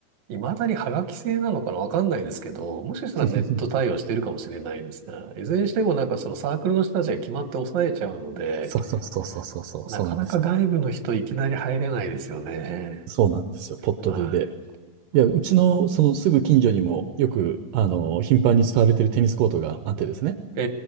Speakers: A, on the right; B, on the right.
A: 未だにハガキ製なのかなわかんないですけど、もしかしたらネット対応してるかもしれないですね。
B: う。
A: いずれにしてもなんかそのサークルの人たちが決まって抑えちゃうので、
B: <laughs> そうそうそうそうそうそう、
A: なかなか外部の人いきなり入れないですよね。
B: そうなんです。そうなんですよ、ポットでで。
A: は
B: いや、うちのそのすぐ近所にもよく、あの、頻繁に使われてるテニスコートがあってですね。
A: い。え